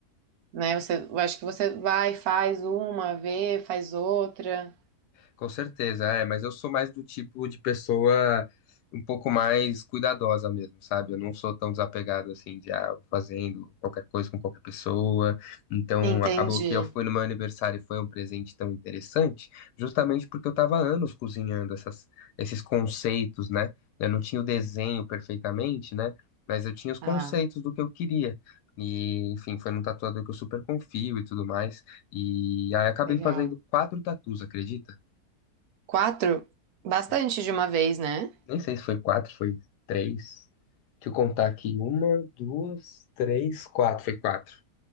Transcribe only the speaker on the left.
Com certeza, é, mas eu sou mais do tipo de pessoa um pouco mais cuidadosa mesmo, sabe? Eu não sou tão desapegado assim de ah, vou fazendo qualquer coisa com qualquer pessoa. Então,
acabou que eu fui no meu aniversário e foi um presente tão interessante, justamente porque eu tava há anos cozinhando essas, esses conceitos, né? Eu não tinha o desenho perfeitamente, né? Mas eu tinha os conceitos
do que eu queria. E, enfim, foi num tatuador que eu super confio e tudo mais. E aí acabei
fazendo quatro tatus, acredita?
Nem,
nem sei se foi quatro, foi três. Deixa eu contar aqui. Uma, duas, três, quatro. Foi quatro.